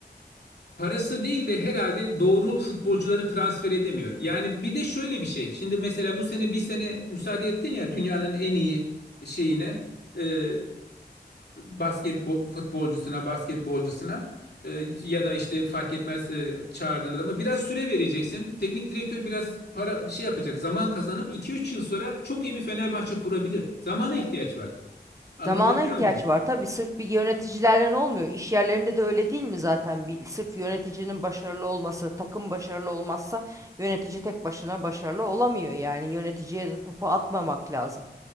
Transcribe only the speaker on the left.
Parası değil de herhalde doğru futbolcuları transfer edemiyor. Yani bir de şöyle bir şey. Şimdi mesela bu sene bir sene müsaade ettin ya dünyanın en iyi şeyine e, basketbol futbolcusuna, basketbolcusuna e, ya da işte fark etmez e, çağırdığın adama biraz süre vereceksin. Teknik direktör biraz para şey yapacak. Zaman kazanıp iki üç yıl sonra çok iyi bir Fenerbahçe kurabilir. Zamana ihtiyaç var. Anlatabiliyor
muyum?